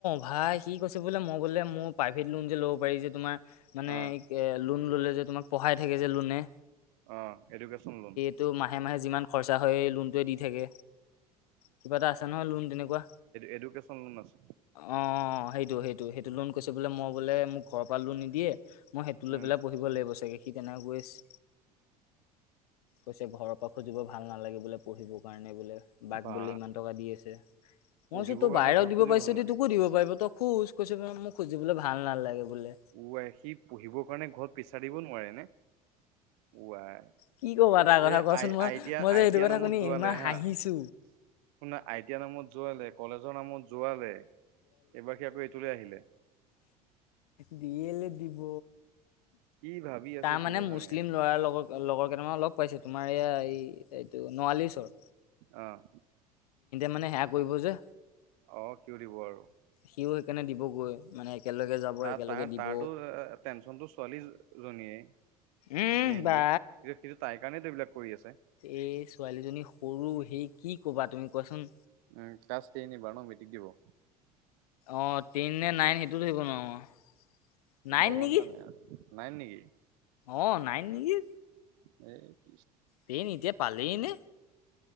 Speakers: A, on the left; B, on the right.
A: ভাই সি কৈছে বোলে মই গলে মোৰ প্ৰাইভেট লোন যে ল'ব পাৰি যে তোমাৰ মানে
B: অ
A: এ লোন ললে যে তোমাক পঢ়াই থাকে যে লোনে
B: অ এডুকেশচন লোন
A: তো মাহে মাহে যিমান খৰচা হয় লোনটোৱে দি থাকে কিবা এটা আছে নহয় লোন তেনেকুৱা
B: এডুকেশ্যন লোন আছে।
A: অ সেইটো সেইটো সেইটো লোন কৈছে বোলে মই বোলে মোক ঘৰৰ পৰা লোন নিদিয়ে মই সেইটো লৈ
B: উম
A: পেলাই পঢ়িব লাগিব চাগে সি তেনেকে কৈ আছে। কৈছে ঘৰৰ পৰা খুজিব ভাল নালাগে বোলে পঢ়িবৰ কাৰণে বোলে বাক
B: বা
A: বোলে ইমান টকা দি আছে মইছো
B: পঢ়িবৰ
A: তোৰ
B: কাৰণে
A: বাইৰক
B: এটা ঘৰত
A: দিব
B: খুজিও
A: পাৰিছে
B: ভাল নালাগে
A: যদি তোকো দিব পাৰিব তই খোজ কৈছে বোলে মোৰ খুজিবলে ভাল নালাগে বোলে
B: ওৱাই সি পঢ়িবৰ কাৰণে ঘৰত পিছাৰ দিব নোৱাৰে নে ওৱাই
A: কি ক'বা তাৰ কথা
B: এই
A: কচোন
B: আই
A: মই
B: আই টি আই
A: মই যে সেইটো
B: টিয়াৰ
A: কথা
B: নামত
A: শুনি
B: যোৱালে
A: ইমান হাঁহিছো
B: হা শুনা আই টি আইৰ নামত যোৱালে কলেজৰ নামত যোৱালে এইবাৰ সি আকৌ এইটোলে আহিলে
A: দিয়ে নে দিব?
B: কি ভাবি আছে
A: তাৰ
B: সিহে
A: মানে মুছলিম
B: জানে আৰু
A: লৰা লগত লগৰ কেইটামান লগ পাইছেো তোমাৰ এয়া এই এইটো নোৱালীৰ ওচৰৰ
B: আহ
A: মানে সেয়া কৰিব যে
B: অ কিয় দিব আৰু
A: সিও সেইকাৰণে দিবগৈ মানে একেলগে যাব।
B: তাৰ
A: একেলগে
B: তাৰ
A: দিব।
B: তাৰো টেনচনটো ছোৱালি জনীয়ে
A: উম
B: মেইনলি
A: বা।
B: সিটো তাইৰ কাৰণেতো এইবিলাক কৰি আছে
A: এ ছোৱালীজনী সৰু সি কি কবা তুমি কোৱাচোন
B: উ ক্লাছ টেইন এইবাৰ ন মেট্ৰিক দিব।
A: অ টেইন নে নাইন সেইটোত থৰিব নোৱাৰো নাইন
B: ভগৱান
A: নেকি
B: জানে আৰু নাইন নেকি?
A: অ নাইন নেকি
B: এই
A: টেইন এতিয়া পালেই নে